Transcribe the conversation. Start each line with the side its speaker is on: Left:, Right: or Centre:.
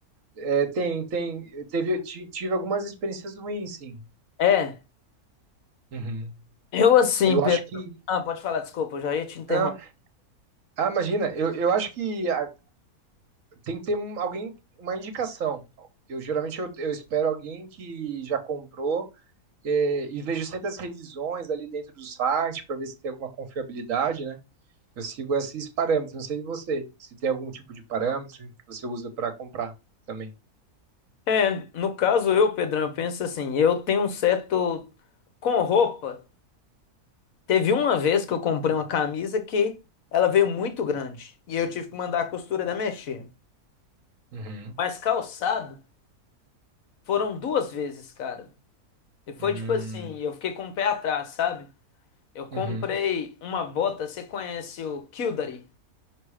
Right: é, tem, tem, teve, ti- tive algumas experiências ruins, sim.
Left: é.
Right: Uhum.
Left: Eu assim,
Right: Eu
Left: Pedro.
Right: acho que.
Left: Ah, pode falar, desculpa, eu já ia te interromper.
Right: Ah, ah, imagina, eu, eu acho que a- Tem que ter um- alguém, uma indicação. Eu geralmente eu, eu espero alguém que já comprou é, e vejo sempre as revisões ali dentro do site para ver se tem alguma confiabilidade, né? Eu sigo esses parâmetros. Não sei de você, se tem algum tipo de parâmetro que você usa para comprar também.
Left: É, no caso eu, Pedrão, eu penso assim, eu tenho um certo com roupa. Teve uma vez que eu comprei uma camisa que ela veio muito grande e eu tive que mandar a costureira mexer.
Right: Uhum.
Left: Mas calçado foram duas vezes, cara. E foi
Right: Hum.
Left: tipo assim, eu fiquei com o pé atrás, sabe? Eu comprei
Right: Uhum.
Left: uma bota, você conhece o Kildare?